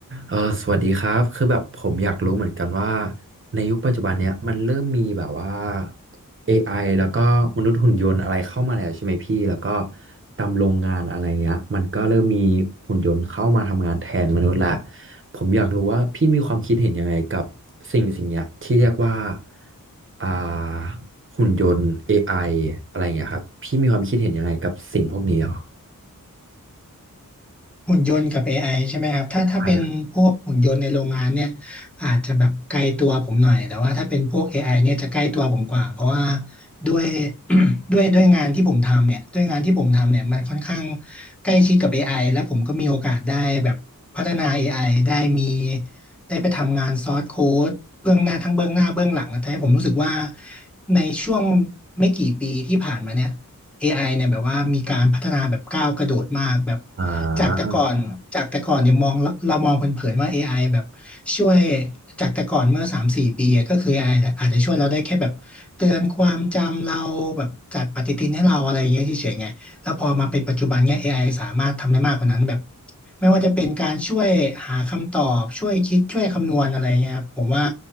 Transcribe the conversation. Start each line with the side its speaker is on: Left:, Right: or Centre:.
Right: เออสวัสดีครับคือแบบผมอยากรู้เหมือนกันว่าในยุคปัจจุบันเนี้ยมันเริ่มมีแบบว่า AI แล้วก็มนุษย์หุ่นยนต์อะไรเข้ามาแล้วใช่ไหมพี่แล้วก็ตามโรงงานอะไรเงี้ยมันก็เริ่มมีหุ่นยนต์เข้ามาทำงานแทนมนุษย์ละผมอยากรู้ว่าพี่มีความคิดเห็นยังไงกับสิ่งสิ่งเนี้ยที่เรียกว่าอ่าหุ่นยนต์ AI อไออะไรเงี้ยครับพี่มีความคิดเห็นยังไงกับสิ่งพวกนี้หรอ
Centre: หุ่นยนต์กับ AI ใช่ไหมครับถ้าถ้าเป็นพวกหุ่นยนต์ในโรงงานเนี่ย
Right: ใช่ครับ
Centre: อาจจะแบบไกลตัวผมหน่อยแต่ว่าถ้าเป็นพวก AI เนี่ยจะใกล้ตัวผมกว่าเพราะว่าด้วย <coughs> <clears throat> ด้วยด้วยงานที่ผมทำเนี่ยด้วยงานที่ผมทำเนี่ยมันค่อนข้างใกล้ชิดกับเอไอแล้วผมก็มีโอกาสได้แบบพัฒนา a อไอได้มีได้ไปทำงานซอสโค้ดเบื้องหน้าทั้งเบื้องหน้าเบื้องหลังนะทำให้ผมรู้สึกว่าในช่วงไม่กี่ปีที่ผ่านมาเนี่ย AI เนี่ยแบบว่ามีการพัฒนาแบบก้าวกระโดดมากแบบ
Right: อ่
Centre: จากแต่ก่อนจากแต่ก่อนเนี่ยมองเราเรามองเผินๆว่า
Right: า
Centre: AI แบบช่วยจากแต่ก่อนเมื่อสามสี่ปีอะก็คือ AI อไออาจจะช่วยเราได้แค่แบบเตือนความจำเราแบบจัดปฏิทินให้เราอะไรอย่างเงี้ยเฉยๆไงแล้วพอมาเป็นปัจจุบันเนี่ย AI สามารถทำได้มากกว่านั้นแบบไม่ว่าจะเป็นการช่วยหาคำตอบช่วยคิดช่วยคำนวณอะไรเงี้ยครับผมว่า